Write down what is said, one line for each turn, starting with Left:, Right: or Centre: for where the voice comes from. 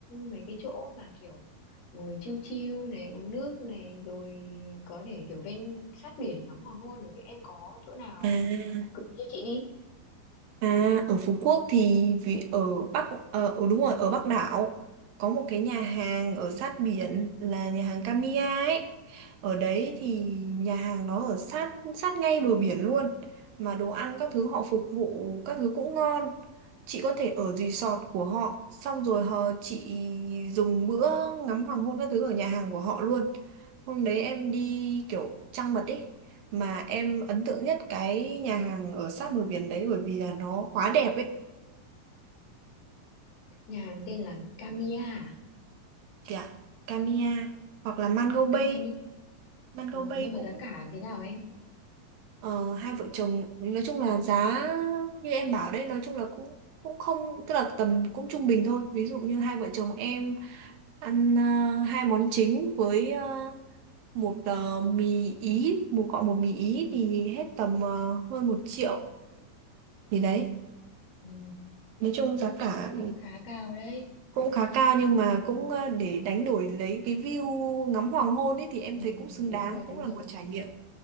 Left: mấy cái chỗ mà kiểu ngồi chill chill này, uống nước này rồi có thể kiểu ven sát biển ngắm hoàng hôn được ấy. Em có chỗ nào
Right: À.
Left: gợi cho chị đi
Right: À, ở Phú Quốc thì vì ở Bắc ờ ừ, đúng rồi, ở Bắc đảo có một cái nhà hàng ở sát biển là nhà hàng Kamiya ấy. Ở đấy thì nhà hàng nó ở sát sát ngay bờ biển luôn mà đồ ăn các thứ họ phục vụ các thứ cũng ngon. Chị có thể ở resort của họ xong rồi họ chị dùng bữa ngắm hoàng hôn các thứ ở nhà hàng của họ luôn. Hôm đấy em đi kiểu trăng mật ý mà em ấn tượng nhất cái nhà hàng ở sát bờ biển đấy bởi vì là nó quá đẹp ấy
Left: nhà hàng tên là Kamiya à?
Right: kìa Kamiya hoặc là Mango Bay
Left: Kamiya nhưng
Right: Mango
Left: ờ,
Right: Bay
Left: nhưng mà
Right: cũng
Left: giá cả thế nào em
Right: ờ, hai vợ chồng nói chung là giá như em bảo đấy nói chung là cũng cũng không tức là tầm cũng trung bình thôi ví dụ như hai vợ chồng em ăn ờ, hai món chính với ờ, một ờ, mì ý một gọi một mì ý thì hết tầm ờ, hơn một triệu thì đấy
Left: ừ,
Right: nói chung giá cả
Left: cũng cũng khá cao đấy
Right: cũng khá cao nhưng mà cũng ờ, để đánh đổi lấy cái view ngắm hoàng hôn ấy thì em
Left: ừ,
Right: thấy cũng xứng
Left: đúng
Right: đáng
Left: rồi đúng
Right: cũng là
Left: rồi
Right: một trải nghiệm